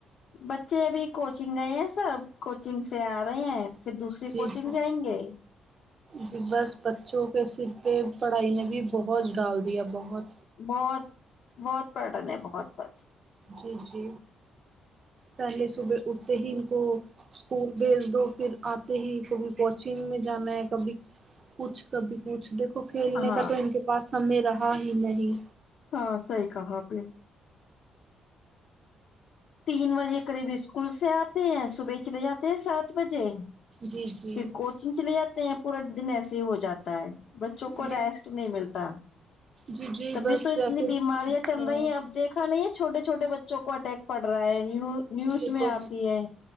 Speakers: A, on the left; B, on the right.
A: بچے ابھی کوچنگ گئے ہیں سب کوچنگ سے آ رہے ہیں پھر دوسری
B: جی
A: کوچنگ
B: جی
A: جائیں گے
B: جی بس بچوں کے سر پہ پڑھائی نے بھی بہت ڈال دیا بہت
A: بہت بہت بڈ ن ہے بہت بڈن
B: جی جی پہلے صبح اٹھتے ہی ان کو اسکول بیھج دو پھر آتے ہی کبھی کوچنگ میں جانا ہے کبھی کچھ کبھی کچھ دیک تو کھیلنے
A: ہاں
B: کا تو ان کے پاس سمیں رہا ہی نہیں
A: ہاں صحیح کہا اپ نے تین بجے قریب اسکول سے آتے ہیں صبح چلے جاتے ہیں سات بجے
B: جی جی
A: پھر کوچنگ چلے جاتے ہیں پورا دن ایسے ہی ہو جاتا ہے بچوں
B: بال
A: کو ریسٹ نہیں ملتا
B: جی جی
A: تبھی
B: بس
A: تو
B: جیسے
A: اتنی بیماریاں چل
B: ہے
A: رہی ہیں اب دیکھا نہیں ہے چھوٹے چھوٹے بچوں کو اٹیک پڑ رہا ہے نی نیوز
B: یہ
A: میں
B: تو
A: آتی ہے